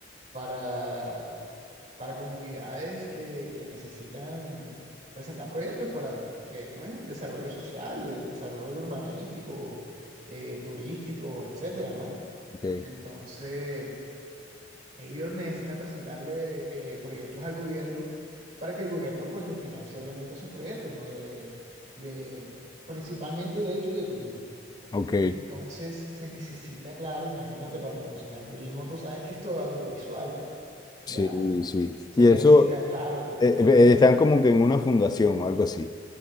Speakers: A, on the right; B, on the left.
A: para, para comunidades que, que necesitan presentar proyectos para, eh, ¿cómo es? Desarrollo social, de- desarrollo urbanístico, eh, turístico, etcétera, ¿no?
B: Ok,
A: Entonces... Ellos necesitan presentarle eh, proyectos al gobierno para que el gobierno pues les financie obviamente esos proyectos, ¿no? De, de, principalmente de hecho de turismo.
B: ok,
A: Entonces se necesita, claro, imagínate, para promocionar el turismo, tú sabes que es todo audiovisual, ya.
B: sí, sí.
A: Se
B: Y
A: necesita,
B: eso,
A: claro.
B: eh, eh,
A: ujú.
B: están como que en una fundación o algo así.